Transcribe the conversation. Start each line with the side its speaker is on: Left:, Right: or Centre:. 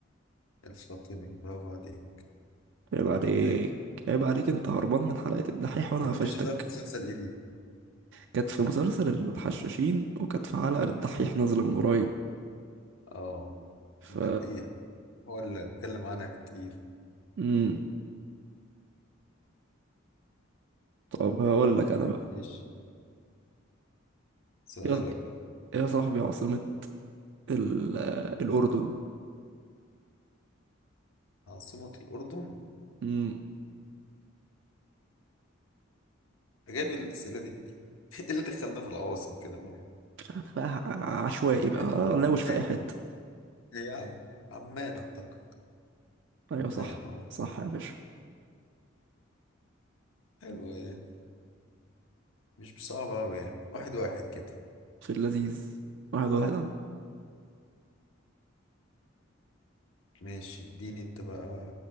Left: الفاطمي برافو عليك
Right: عيب
Left: أنت
Right: عليك
Left: مذاكر
Right: عيب عليك أنت هربان من حلقة الدحيح وأنا
Left: طب
Right: قفشتك
Left: أنت شفتها في مسلسل إيه دي؟
Right: كانت في مسلسل الحشاشين وكانت في حلقة للدحيح نازلة من قريب
Left: آه
Right: ف
Left: الدحيح هو اللي اتكلم عنها كتير
Right: مم. طب هقول لك أنا بقى
Left: ماشي سؤالك
Right: يا
Left: بقى
Right: يا صاحبي عاصمة ال... الأردن
Left: عاصمة الأردن
Right: مم.
Left: أنت جايب الأسئلة دي منين؟ <laughs> إيه اللي دخلنا في العواصم كده مرة؟
Right: أنا بقى ع- عشوائي بقى
Left: ماشي
Right: آه،
Left: بس
Right: لاوش
Left: هي
Right: في أي حتة
Left: هي عم... عمان أعتقد
Right: أيوة
Left: عمان
Right: صح
Left: اه
Right: صح يا باشا
Left: حلو يعني مش صعب أوي يعني واحد واحد كده
Right: في اللذيذ واحد واحد
Left: ماشي اديني انت بقى